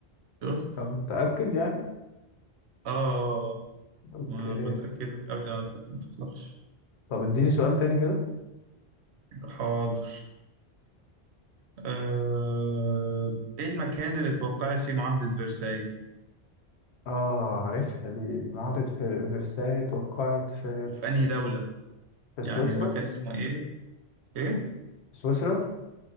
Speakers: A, on the right (about 80°); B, on the left (about 75°).
A: <laughs> شفت
B: طب متأكد يعني؟
A: اه آه، آه.
B: اوكي
A: ما بتأكدك قبل ما أسأل، ما تقلقش
B: طب اديني سؤال تاني كده
A: حاضر آه. ايه المكان اللي اتوقعت فيه معاهدة فرساي
B: اه عارفها دي معاهدة في فرساي توقعت في
A: وفي انهي دولة
B: في سويسرا
A: يعني المكان اسمه ايه ايه
B: سويسرا